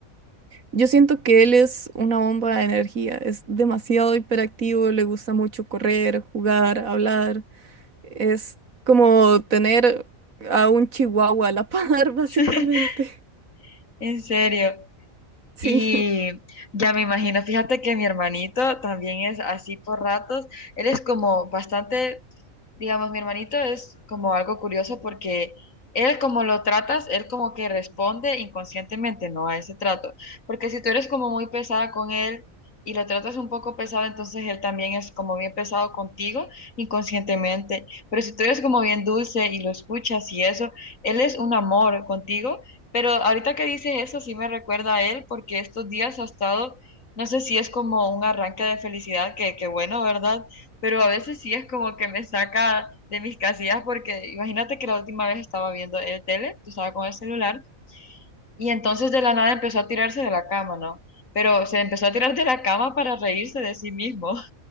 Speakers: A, on the right; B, on the left.
A: Yo siento que él es una bomba de energía, es demasiado hiperactivo, le gusta mucho correr, jugar, hablar. Es como tener a un chihuahua a la par, <laughs> básicamente.
B: <laughs> En serio.
A: Sí,
B: Y ya me imagino, fíjate que mi hermanito también es así por ratos. Él es como bastante digamos, mi hermanito es como algo curioso porque él como lo tratas, él como que responde inconscientemente, ¿no? A ese trato. Porque si tú eres como muy pesada con él y lo tratas un poco pesado, entonces él también es como bien pesado contigo inconscientemente. Pero si tú eres como bien dulce y lo escuchas y eso, él es un amor contigo. Pero ahorita que dices eso, sí me recuerda a él porque estos días ha estado, no sé si es como un arranque de felicidad, que, que bueno, ¿verdad? pero a veces sí es como que me saca de mis casillas porque imagínate que la última vez estaba viendo el tele, tú estaba con el celular, y entonces de la nada empezó a tirarse de la cama, ¿no? Pero se empezó a tirar de la cama para reírse de sí mismo. <laughs>